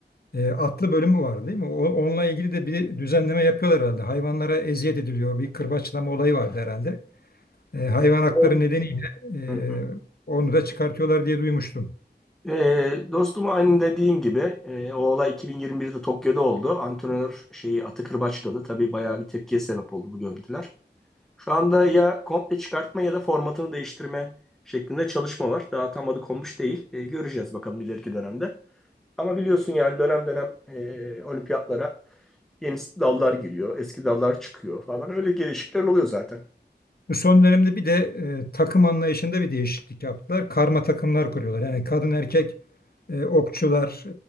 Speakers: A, on the left; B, in the centre.
A: e, atlı bölümü var değil mi? O, onunla ilgili de bir düzenleme yapıyorlar herhalde. Hayvanlara eziyet ediliyor. Bir kırbaçlama olayı vardı herhalde. E, hayvan hakları
B: O-
A: nedeniyle e,
B: Hı hı.
A: onu da çıkartıyorlar diye duymuştum.
B: Ee, dostum aynı dediğin gibi e, o olay 2021'de Tokyo'da oldu. Antrenör şeyi atı kırbaçladı. Tabii bayağı bir tepkiye sebep oldu bu görüntüler. Şu anda ya komple çıkartma ya da formatını değiştirme şeklinde çalışma var. Daha tam adı konmuş değil. E, göreceğiz bakalım ileriki dönemde. Ama biliyorsun yani dönem dönem e, olimpiyatlara Yeni dallar giriyor, eski dallar çıkıyor falan. Öyle gelişikler oluyor zaten.
A: Bu son dönemde bir de e, takım anlayışında bir değişiklik yaptılar. Karma takımlar kuruyorlar. Yani kadın erkek e, okçular,